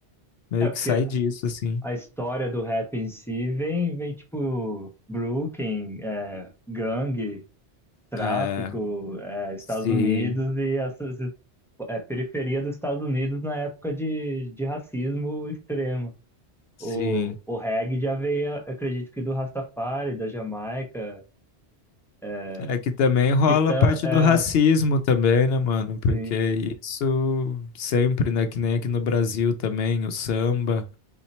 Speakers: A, on the left (about 70°); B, in the centre.
A: meio
B: É
A: que
B: porque
A: sai disso, assim.
B: a história do rap em si vem, vem tipo Brooklyn, é, gangue, tráfico,
A: É,
B: é, Estados
A: sim,
B: Unidos e essas é, periferia dos Estados Unidos na época de, de racismo extremo.
A: sim.
B: O, o reggae já veio, acredito que do Rastafari, da Jamaica, é,
A: É que também rola
B: que tan,
A: a parte
B: é,
A: do racismo também, né, mano? Porque
B: sim,
A: isso sempre, né? Que nem aqui no Brasil também, o samba.